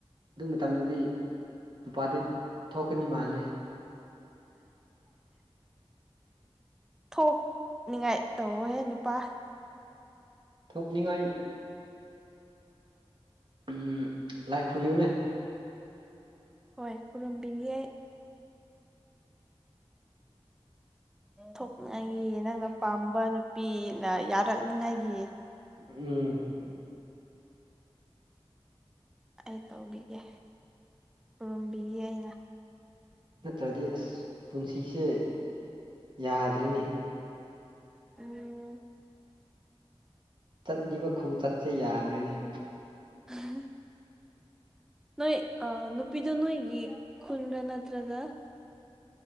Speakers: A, on the right (about 50°); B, in the centre.
A: ꯑꯗꯨ ꯃꯇꯝꯗꯗꯤ ꯅꯨꯄꯥꯗꯤ ꯊꯣꯛꯀꯅꯤ ꯃꯥꯜꯂꯦ
B: ꯊꯣꯛꯅꯤꯡꯉꯥꯏ ꯇꯧꯔꯍꯦ ꯅꯨꯄꯥ
A: ꯊꯨꯛꯅꯤꯡꯉꯥꯏ ꯎꯝ ꯂꯥꯏ ꯈꯨꯔꯨꯝꯕꯌꯨꯅꯦ
B: ꯍꯣꯏ ꯈꯨꯔꯨꯝꯕꯤꯒ° ꯊꯣꯛꯅꯥꯏꯒꯤ ꯅꯪꯅ ꯄꯥꯝꯕ ꯅꯨꯄꯤꯅ ꯌꯥꯔꯛꯅꯤꯉꯥꯏꯒꯤ
A: ꯎꯝ
B: ꯑꯩ ꯇꯧꯕꯤꯒꯦ ꯈꯨꯔꯨꯝꯕꯤꯒ° ꯑꯩꯅ
A: ꯅꯠꯇ꯭ꯔꯗꯤ ꯑꯁ ꯄꯨꯟꯁꯤꯁꯦ ꯌꯥꯗ꯭ꯔꯦꯅꯦ
B: <inaudible>
A: ꯆꯠꯂꯤꯕ ꯈꯣꯡꯆꯠꯁꯦ ꯌꯥꯗ꯭ꯔ°ꯅ°
B: <inaudible> ꯅꯣꯏ ꯑꯥ ꯅꯨꯄꯤꯗꯣ ꯅꯣꯏꯒꯤ ꯈꯨꯟꯒ꯭ꯔꯥ ꯅꯠꯇ꯭ꯔꯒ